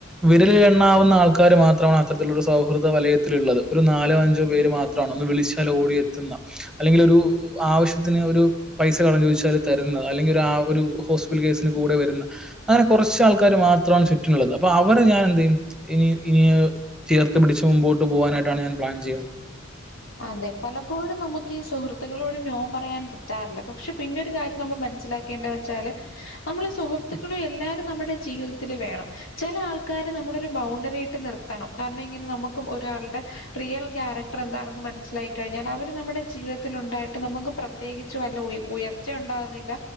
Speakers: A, in the centre; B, on the left.
A: വിരലിൽ എണ്ണാവുന്ന ആൾക്കാർ മാത്രമാണ് അത്തരത്തിലൊരു സൗഹൃദ വലയത്തിലുള്ളത് ഒരു നാലോ അഞ്ചോ പേര് മാത്രമാണ് ഒന്ന് വിളിച്ചാൽ ഓടി എത്തുന്ന അല്ലെങ്കിൽ ഒരു ആവശ്യത്തിന് ഒരു പൈസ കടം ചോദിച്ചാല് തരുന്ന അല്ലെങ്കിൽ ആ ഒരു ഹോസ്പിറ്റൽ കേസിന് കൂടെ വരുന്ന അങ്ങനെ കുറച്ചു ആൾക്കാര് മാത്രമാണ് ചുറ്റിനുള്ളത് അപ്പൊ അവരെ ഞാൻ എന്ത് ചെയ്യും ഇനി ഇനി ചേർത്ത് പിടിച്ച് മുമ്പോട്ട് പോകാനായിട്ടാണ് ഞാൻ പ്ലാൻ ചെയ്യുന്നത്
B: അതെ പലപ്പോഴും നമുക്ക് ഈ സുഹൃത്തുക്കളോട് നോ പറയാൻ പ റ്റാറില്ല പക്ഷെ പിന്നെ ഒരു കാര്യം നമ്മൾ മനസ്സിലാക്കേണ്ടതന്നു വെച്ചാല് നമ്മളുടെ സുഹൃത്തുക്കളും എല്ലാരും നമ്മുടെ ജീവിതത്തില് വേണം ചില ആൾക്കാരെ നമ്മൾ ഒരു ബൗണ്ടറി ഇട്ട് നിർത്ത ത്തണം കാരണം ഇങ്ങനെ നമുക്ക് ഒരാളുടെ റിയൽ ക്യാരക്ടർ എന്താണ് ന്ന് മനസ്സിലായി കഴിഞ്ഞാൽ അവർ നമ്മുടെ ജീവിതത്തിൽ ഉണ്ടായിട്ട് നമുക്ക് പ്രത്യേകിച്ച് വല്യ ഉയർ ഉയർച്ചയും ഉണ്ടാകുന്നില്ല